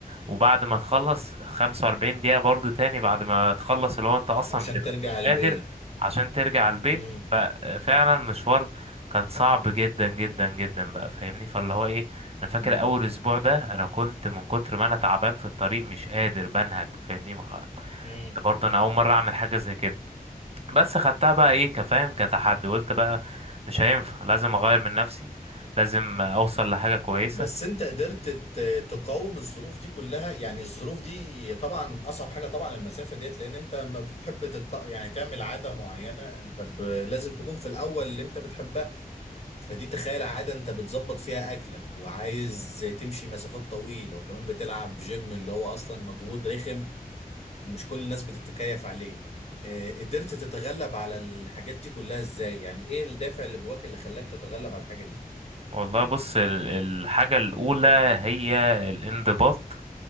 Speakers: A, on the right; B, on the left.
A: وبعد ما تخلص 45 دقيقة برضو تاني بعد ما تخلص اللي هو انت اصلا
B: عشان
A: بتبقى
B: ترجع
A: مش
B: البيت
A: قادر عشان ترجع البيت
B: مم.
A: ففعلا مشوار كان صعب جدا جدا جدا بقى فاهمني فاللي هو ايه انا فاكر
B: مم.
A: اول اسبوع ده انا كنت من كتر ما انا تعبان في الطريق مش قادر بنهج فاهمني مخ...
B: مم.
A: برضه انا اول مرة اعمل حاجة زي كده بس خدتها بقى ايه كفاهم كتحدي قلت بقى مش هينفع لازم اغير من نفسي لازم اوصل لحاجة كويسة
B: بس انت قدرت ت- تقاوم الظروف دي كلها يعني الظروف دي طبعا اصعب حاجه طبعا المسافه ديت لان انت ما بتحب تط... يعني تعمل عاده معينه انت ب... لازم تكون في الاول اللي انت بتحبها فدي تخيل عادة انت بتظبط فيها اكلك وعايز تمشي مسافات طويلة وكمان بتلعب جيم اللي هو اصلا مجهود رخم ومش كل الناس بتتكيف عليه آه، قدرت تتغلب على الحاجات دي كلها ازاي يعني ايه الدافع اللي جواك اللي خلاك تتغلب على الحاجة دي
A: والله بص ال- الحاجة الأولى هي الانضباط